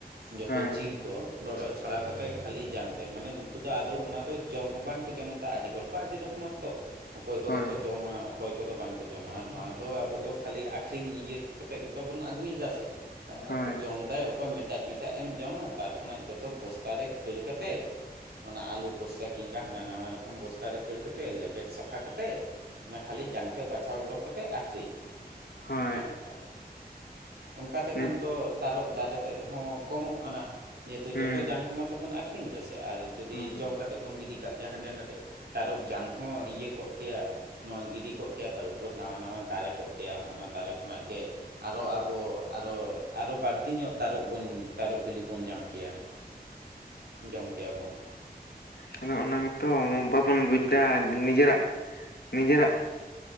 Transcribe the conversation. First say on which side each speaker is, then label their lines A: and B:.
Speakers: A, on the right; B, on the left.
A: ᱡᱚᱛᱚ
B: ᱦᱳᱭ
A: ᱡᱤᱞ ᱠᱚ, ᱨᱚᱰᱚᱡ ᱪᱷᱟᱲᱟᱣ ᱠᱟᱛᱮ ᱠᱷᱟᱹᱞᱤ ᱡᱟᱝ ᱛᱮ ᱢᱟᱱᱮ ᱩᱱᱠᱩ ᱛᱚ ᱟᱫᱚ ᱚᱱᱟ ᱫᱚ ᱡᱚᱢ ᱦᱚᱸ ᱵᱟᱝᱠᱚ ᱡᱚᱢᱫᱟ ᱟᱹᱰᱤ ᱦᱚᱲ ᱠᱚ ᱟᱹᱰᱤ ᱨᱚᱠᱚᱢᱟᱛᱚ ᱚᱠᱚᱭ ᱠᱚᱫᱚ
B: ᱦᱳᱭ
A: ᱠᱚ ᱡᱚᱢᱟ ᱚᱠᱚᱭ ᱠᱚᱫᱚ ᱵᱟᱝᱠᱚ ᱡᱚᱢᱟ ᱟᱨ ᱱᱚᱣᱟ ᱫᱚ ᱟᱵᱚ ᱫᱚ ᱠᱷᱟᱹᱞᱤ ᱟᱠᱷᱨᱤᱧ ᱤᱭᱟᱹ ᱠᱟᱛᱮᱫ ᱜᱮᱛᱚ ᱵᱚᱱ ᱟᱹᱜᱩᱭᱮᱫᱟ ᱥᱮ, ᱛᱟᱨ ᱢᱟᱛᱚ
B: ᱦᱳᱭ
A: ᱡᱚᱢᱫᱟᱭ ᱚᱠᱚᱭ ᱢᱮᱴᱟᱜ ᱢᱮᱴᱟᱜ ᱮᱢ ᱡᱚᱢᱟ ᱛᱟᱨ ᱠᱷᱚᱱᱟᱜ ᱡᱚᱛᱚ ᱵᱚᱥᱛᱟ ᱨᱮ ᱠᱷᱟᱹᱲ ᱠᱟᱛᱮᱜ, ᱚᱱᱟ ᱟᱞᱩ ᱵᱚᱥᱛᱟ ᱠᱤᱝᱵᱟ ᱦᱟᱱᱟ ᱱᱟᱱᱟ ᱨᱚᱠᱚᱢ ᱵᱚᱥᱛᱟ ᱨᱮ ᱠᱷᱟᱹᱲ ᱠᱟᱛᱮᱫ ᱞᱮᱵᱮᱫ ᱥᱟᱯᱷᱟ ᱠᱟᱛᱮᱫ ᱚᱱᱟ ᱠᱷᱟᱹᱞᱤ ᱡᱟᱝᱛᱮ ᱵᱟᱪᱷᱟᱣ ᱩᱰᱳᱠ ᱠᱟᱛᱮᱫ ᱟᱠᱷᱚᱨᱤᱧ
B: ᱦᱳᱭ
A: ᱚᱱᱮ ᱚᱱᱠᱟ ᱾ ᱚᱱᱠᱟ ᱛᱮᱠᱷᱟᱱ
B: ᱱᱤᱛ
A: ᱫᱚ ᱛᱟᱨᱚᱵ ᱫᱟᱨᱮ ᱛᱮᱫ ᱦᱚᱸ ᱠᱚᱢᱚᱜ ᱠᱟᱱᱟ ᱡᱮᱦᱮᱛᱩ
B: ᱦᱩᱸ
A: ᱡᱚᱛᱚ ᱡᱟᱝ ᱠᱚᱢᱟ ᱛᱚᱵᱚᱱ ᱟᱹᱠᱷᱚᱨᱤᱧ ᱟᱹᱠᱷᱨᱤᱧ ᱫᱟᱥᱮ ᱟᱨ ᱡᱩᱫᱤ
B: ᱦᱳᱭ
A: ᱡᱚᱢ ᱠᱟᱛᱮᱫ ᱵᱚᱱ ᱜᱤᱰᱤ ᱠᱟᱜ ᱜᱮᱭᱟ ᱦᱟᱸᱰᱮ ᱱᱟᱰᱮ, ᱛᱟᱨᱚᱯ ᱡᱟᱝ ᱦᱚᱸ ᱤᱭᱟᱹ ᱠᱚᱜ ᱠᱮᱭᱟ ᱾ ᱱᱚᱜᱼᱚᱭ ᱜᱤᱰᱤ ᱠᱚᱜ ᱠᱮᱭᱟ ᱛᱟᱨᱯᱚᱨ ᱱᱟᱣᱟ ᱱᱟᱣᱟ ᱫᱟᱨᱮ ᱠᱚᱜ ᱠᱮᱭᱟ ᱚᱱᱟ ᱫᱟᱨᱮ ᱠᱷᱚᱱᱟᱜ ᱜᱮ, ᱟᱨᱚ ᱟᱵᱚ ᱟᱨᱚ ᱟᱨᱚ ᱵᱟᱹᱲᱛᱤ ᱧᱚᱜ ᱛᱟᱨᱚᱵ ᱵᱚᱱ ᱛᱟᱨᱚᱵ ᱵᱤᱞᱤ ᱵᱚᱱ ᱧᱟᱢ ᱠᱮᱭᱟ ᱾ ᱡᱚᱢ ᱠᱮᱭᱟ ᱵᱚᱱ ᱾
B: ᱚᱱᱮ ᱚᱱᱟ ᱜᱮᱛᱚ ᱵᱟᱵᱚᱱ ᱵᱩᱡᱽ ᱮᱫᱟ ᱱᱤᱡᱮᱨᱟᱜ ᱱᱤᱡᱮᱨᱟᱜ,